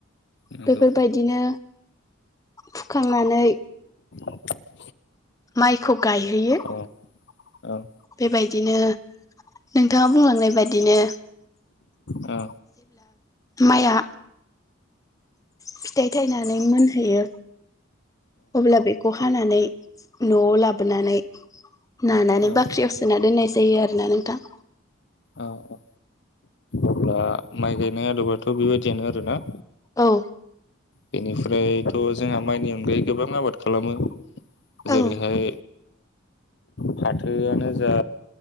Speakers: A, on the left; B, on the left.
A: नंगौ
B: बेफोर बायदिनो फुखांनानै
A: <inaudible>
B: माइखौ गायहैयो।
A: औ औ।
B: बेबायदिनो नोंथाङा बुंलांनाय बायदिनो
A: औ।
B: माया फिथाइ थायनानै मोनहैयो अब्ला बेखौ हानानै न'आव लाबोनानै नानानै
A: औ औ
B: बाख्रियाव सोना दोननाय जायो आरो ना नोंथां।
A: औ औ। अब्ला माइ गायनाय आदबाथ' बेबायदियानो आरो ना?
B: औ।
A: बेनिफ्रायथ' जोंहा माइनि अनगायै गोबां आबाद खालामो।
B: औ
A: जेरैहाय फाथोआनो जा